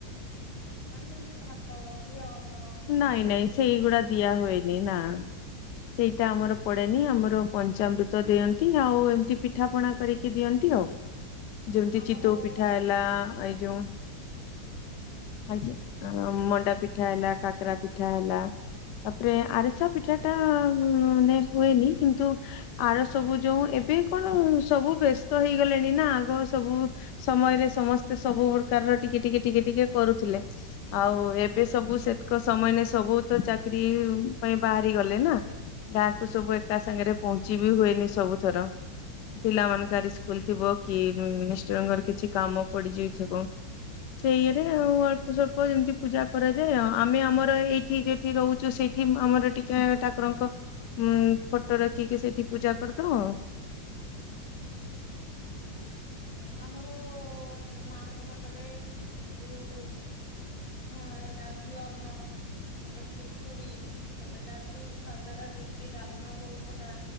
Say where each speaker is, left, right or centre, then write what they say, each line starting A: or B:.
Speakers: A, on the left; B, on the left.
A: ହୁଁ ମାନେ ଯେମିତି ଭାତ ଘିଅ। ଅନ୍ନ
B: ନାଇଁ
A: ଖେଚୁଡି
B: ନାଇଁ ସେଇଗୁଡା ଦିଆ ହୁଏନି ନା। ସେଇଟା ଆମର ପଡେନି ଆମର ପଞ୍ଚାମୃତ ଦିଅନ୍ତି ଆଉ ଏମତି ପିଠା ପଣା କରିକି ଦିଅନ୍ତି ଆଉ। ଯେମତି
A: ଆମର
B: ଚିତିତୋଉ ପିଠା ହେଲା
A: ମାନେ
B: ଏ ଯେୋଉ
A: ହୁଁ
B: ଆଞା। ଆର। ମଣ୍ଡା ପିଠା ହେଲା କାକରା ପିଠା ହେଲା ତାପରେ ଆରିସା ସେପିଠା ଟା ନେଷ୍ଟ ହୁଏନି କିନ୍ତୁ। ଆର ସବୁ ଯୋଉ ଏବେ କଣ ସବୁ ବ୍ୟସ୍ତ ହେଇଗଲେଣି ନା ଆଗ ସବୁ ସମୟରେ ସମସ୍ତେ ସବୁ ପ୍ରକାରର ଟିକେ ଟିକେ ଟିକେ ଟିକେ କରୁଥିଲେ। ଆଉ ଏବେ ସବୁ ସେ ସେମା ସବୁ ତ ଚାକିରି ପାଇଁ ବାହାରି ଗଲେ ନା। ଗାଁ କୁ ସବୁ ଏକା ସାଙ୍ଗରେ ପହଞ୍ଚିବେ ହୁଏନି ସବୁଥର। ପିଲା ମାନଙ୍କ ସ୍କୁଲ ଥିବ କି ମିଷ୍ଟରଙ୍କର କିଛି କାମ ପଡିଯାଇଥିବ। ସେ ଇରେ ଆଉ ଅଳ୍ପ ସଳ୍ପ ଏମିତି ପୂଜା କରାଯାଏ ଆଉ। ଆମେ ଆମର ଏଇଠି ଯେଠି ରହୁଛୁ ସେଇଠି ଆମର ଟିକେ ଠାକୁରଙ୍କ ଉଁ ଫଟୋ ରଖିକି ସେଇଠି ପୂଜା କରିଦବ।
A: ହଁ ଆମର ମାଙ୍କ ପାଖରେ ଯୋଉ ହଁ ହେଲା ଘିଅ ଅର୍ଣ୍ଣ ତାପରେ ଖେଚୁଡି ତାପରେ ଡାଲି ସାଧା ଡାଲି କିଏ ଡାଲମା ହଉ ଗଲା।